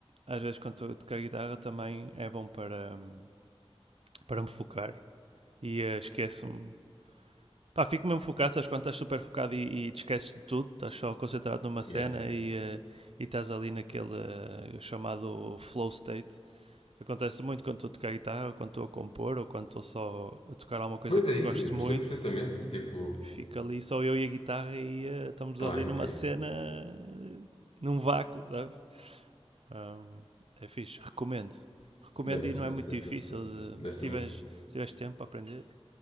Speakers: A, on the right; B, on the left.
A: às vezes quando estou a tocar guitarra também é bom para, hum, para me focar. E eh, esqueço-me. Pá, fico mesmo focado, sabes quando estás super focado e, e te esqueces de tudo, estás só concentrado numa cena
B: Yeah.
A: e, eh, e estás ali naquele eh, chamado flow state. Acontece muito quando estou a tocar guitarra, ou quando estou a compor, ou quando estou só a tocar alguma coisa
B: Pois
A: que
B: é isso,
A: gosto
B: eu
A: muito.
B: percebo perfeitamente, tipo,
A: Fica ali só eu e a guitarra e eh, estamos
B: pá,
A: ali
B: incrível.
A: numa cena, eh, num vácuo, sabes? Ahm, é fixe, recomendo. Recomendo
B: Bem, deve
A: e
B: ser
A: não é
B: uma
A: muito
B: sensação.
A: difícil. de-
B: Deve
A: se,
B: ser
A: tiveres,
B: uma...
A: se tiveres tempo para aprender,